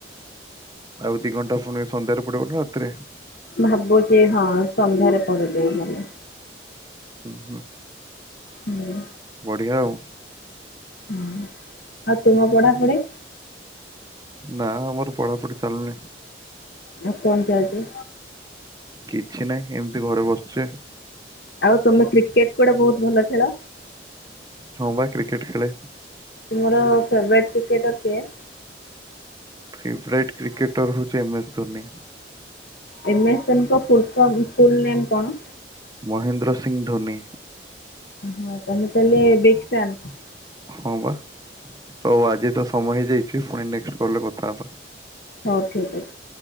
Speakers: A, on the right (about 20°); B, on the left (about 60°).
A: ଆଉ ଦି ଘଣ୍ଟା ପୁଣି ସନ୍ଧ୍ୟାରେ ପଡିବନି ରାତିରେ।
B: ଭାବୁଚି ହଁ ସନ୍ଧ୍ୟାରେ ପରଦବେ <unintelligible>
A: ହୁ ହୁଁ
B: ହୁଁ
A: ବଢିଆ ଆଉ।
B: ହୁଁ ଆଉ ତୁମ ପଢ଼ାପଢ଼ି?
A: ନା ଆମର ପଢାପଢି ଚାଲୁନି।
B: ଆଉ କଣ ଚାଲିଚି?
A: କିଛି ନାହିଁ ଏମ୍ତି ଘରେ ବସିଚି।
B: ଆଉ ତମେ କ୍ରିକେଟ୍ କୁଆଡେ ବହୁତ୍ ଭଲ ଖେଳ?
A: ହଁ ବା କ୍ରିକେଟ୍ ଖେଳେ।
B: ତୁମର ଫେବରାଟ୍ କ୍ରିକେଟର କିଏ?
A: ଫେଭରାଇଟ୍ କ୍ରିକେଟର ହଉଚି M S Dhoni.
B: M S <unintelligible> ଫୁଲ ଫରମ୍ ଫୁଲ୍ ନେମ୍ କଣ?
A: ମହେନ୍ଦ୍ର ସିଂହ ଧୋନି।
B: ହଁ ତ <unintelligible> ବିଗ୍‌ ଫ୍ୟାନ୍।
A: ହଁ ବା ହଉ ଆଜି ତ ସମୟ ହେଇଯାଇଛି ପୁଣି ନେଷ୍ଟ କଲରେ କଥା ହବା।
B: ହଉ ଠିକ୍ <unintelligible>